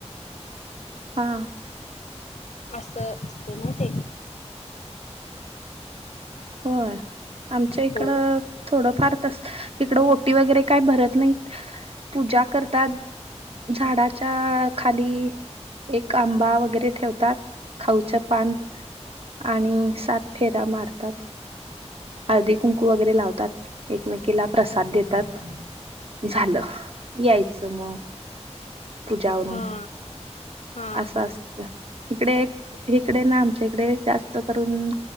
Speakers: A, on the right; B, on the left.
A: हा,
B: असं, ते ना ते.
A: होय, आमच्या
B: होय
A: इकडं थोडं फार, तसं इकडं ओटी वगैरे काही भरत नाही पूजा करतात. झाडाच्या आ खाली एक आंबा वगैरे ठेवतात, खाऊचं पान आणि सात फेरा मारतात. हळदी-कुंकू वगैरे लावतात, एकमेकीला प्रसाद देतात. झालं, यायचं म पुजा आवरून.
B: हा हा
A: असं
B: हा
A: असतं, इकडे.. इकडे ना आमच्या इकडे जास्त करून